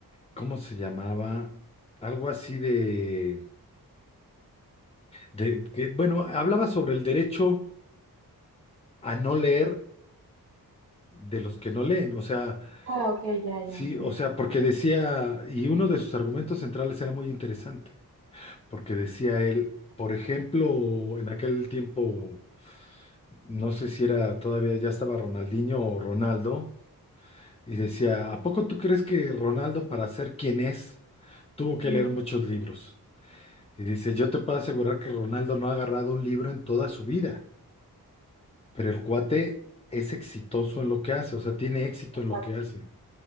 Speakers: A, on the left; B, on the right.
A: ¿cómo se llamaba? Algo así de, de que, bueno, hablaba sobre el derecho a no leer de los que no leen, o sea,
B: Ah, ok, ya, ya,
A: sí, o
B: ya entiendo.
A: sea, porque decía, y uno de sus argumentos centrales era muy interesante porque decía él, por ejemplo, en aquel tiempo, no sé si era todavía ya estaba Ronaldinho o Ronaldo, y decía, ¿a poco tú crees que Ronaldo para ser quien es tuvo que
B: Mm,
A: leer muchos libros? Y dice, yo te puedo asegurar que Ronaldo no ha agarrado un libro en toda su vida, pero el cuate es exitoso en lo que hace, o sea, tiene éxito
B: exacto.
A: en lo que hace.